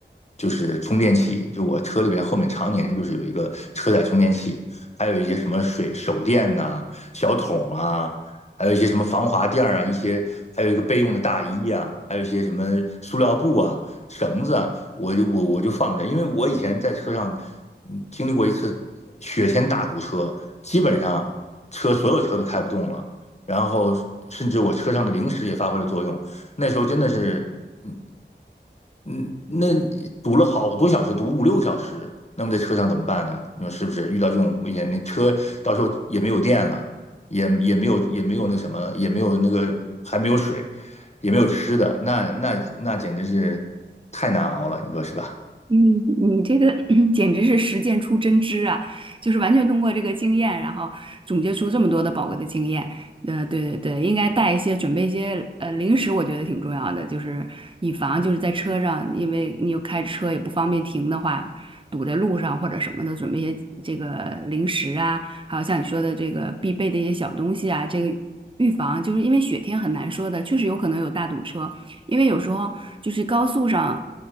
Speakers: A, on the left; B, on the right.
A: 就是充电器，就我车里边后面常年就是有一个车载充电器，还有一些什么水手电呐、小桶啊，还有一些什么防滑垫儿啊，一些还有一个备用的大衣啊，还有一些什么塑料布啊、绳子啊，我就我我就放着，因为我以前在车上嗯经历过一次雪天大堵车，基本上。车所有车都开不动了，然后甚至我车上的零食也发挥了作用。那时候真的是，嗯嗯，那堵了好多小时，堵五六小时。那么在车上怎么办呢？你说是不是？遇到这种危险，那车到时候也没有电了，也也没有也没有那什么，也没有那个还没有水，也没有吃的，那那那简直是太难熬了，你说是吧？
B: 嗯，你这个 <clears throat> 简直是实践出真知啊！就是完全通过这个经验，然后总结出这么多的宝贵的经验。呃，对对对，应该带一些，准备一些呃零食，我觉得挺重要的，就是以防就是在车上，因为你又开着车也不方便停的话，堵在路上或者什么的，准备一些这个零食啊，还有像你说的这个必备的一些小东西啊，这个预防就是因为雪天很难说的，确实有可能有大堵车。因为有时候就是高速上，